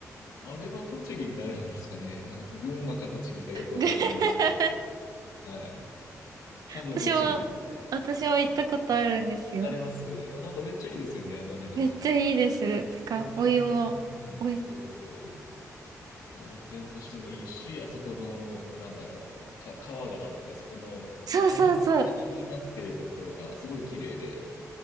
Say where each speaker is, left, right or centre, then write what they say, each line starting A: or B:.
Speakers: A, on the left; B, on the right.
A: あれは栃木になるんですかね。な、群馬か栃木かよくわかってないんですけども。
B: ぐ <laughs>
A: はい。多分栃木ですかね。
B: 私も、私も行ったことあるんですよ。
A: あります。あ、なんかめっちゃいいですよね、あの辺。
B: めっちゃいいです。てか、
A: 温泉、
B: お湯も、
A: うん、
B: おい、
A: そうそう。温泉としてもいいし、あそこの、なんだろう。か、川があって、そこの、
B: そうそうそう。
A: まあ、谷谷になってるところがすごい綺麗で、